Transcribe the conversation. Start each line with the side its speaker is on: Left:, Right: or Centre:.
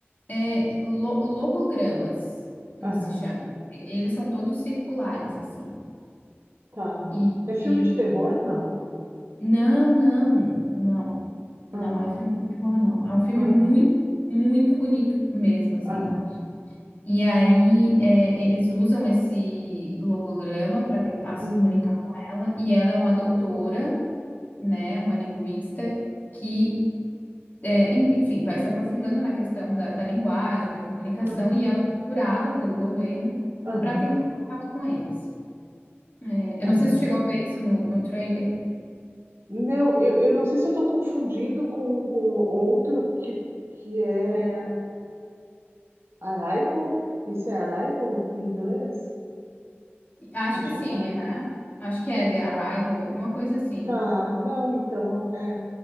Left: é lo- logogramas, hum,
Right: Aham.
Left: se chama. E- Eles são todos circulares, assim.
Right: Tá.
Left: E,
Right: É filme
Left: e-
Right: de terror? Não.
Left: não, não, não,
Right: Aham.
Left: não é filme de terror, não. É um filme
Right: Aham.
Left: muito, muito bonito mesmo, assim.
Right: Aham.
Left: E aí, é, eles usam esse logograma para tentar se
Right: Uhum.
Left: comunicar com ela. E ela é uma doutora, né, uma linguista, que, é, en- enfim, vai se aprofundando na questão da, da linguagem, da comunicação.
Right: Aham.
Left: E ela é procurada pelo governo
Right: Aham.
Left: para tentar um contato com eles. É, eu
Right: Aham.
Left: não sei se chegou a ver isso no, no trailer.
Right: Não, eu, eu não sei se eu estou confundindo com, com outro que, que é. Arrival? Esse é Arrival em inglês?
Left: Acho
Right: A chegada?
Left: que sim, aham. Acho que é The Arrival, alguma coisa assim.
Right: Tá, não, então, é.